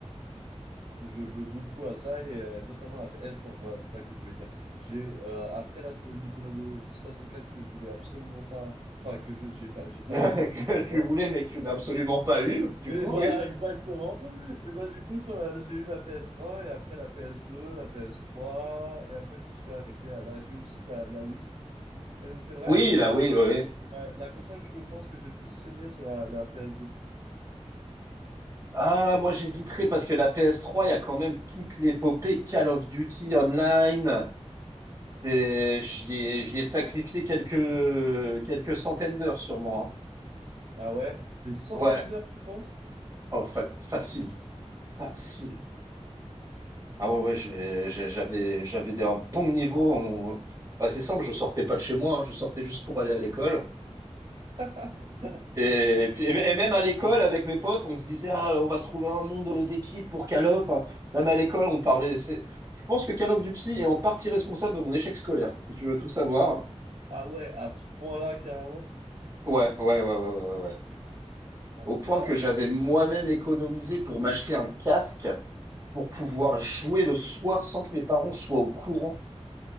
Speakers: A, on the right; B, on the right.
A: je jouais beaucoup à ça et euh, notamment la PS1. Voilà, c'est ça que je voulais dire. J'ai euh, après la Nintendo 64 que je voulais absolument pas, enfin que je j'ai pas
B: <laughs>
A: j'ai pas
B: Que
A: du tout eu chez
B: tu
A: moi.
B: voulais, mais que tu n'as absolument pas eu, du
A: Et
B: coup,
A: voilà,
B: oui.
A: <laughs> exactement. Et bah du coup, sur la- j'ai eu la PS1 et après la PS2, la PS3 et après je me suis arrêté à là. J'ai aussi la, la Wii. Et donc c'est vrai.
B: Oui, là, oui, oui, oui.
A: Ouais, la console, je pense que j'ai le plus saigné, c'est la, la PS2.
B: Ah, moi j'hésiterais parce que la PS3, il y a quand même toute l'épopée Call of Duty Online. C'est, j'y ai, j'y ai sacrifié quelques, quelques centaines d'heures sûrement.
A: Ah ouais? C'est des centaines
B: hein. Ouais,
A: d'heures, tu penses?
B: oh, fa- facile, facile. Ah ouais, ouais, j'ai- j'ai- j'avais, j'avais des- un bon niveau. On- Bah, c'est simple, je sortais pas de chez moi, hein, je sortais juste pour aller à l'école.
A: <laughs>
B: Et puis, et même à l'école, avec mes potes, on se disait, ah, on va se trouver un nom de- d'équipe pour Call of. enfin, Même à l'école, on parlait. c'est- Je pense que Call of Duty est en partie responsable de mon échec scolaire, si tu veux tout savoir.
A: Ah ouais, à ce point-là, carrément.
B: Ouais, ouais, ouais, ouais, ouais, ouais. ouais.
A: Ah,
B: au
A: c'est.
B: point
A: euh,
B: que j'avais moi-même économisé pour m'acheter un casque pour pouvoir jouer le soir sans que mes parents soient au courant.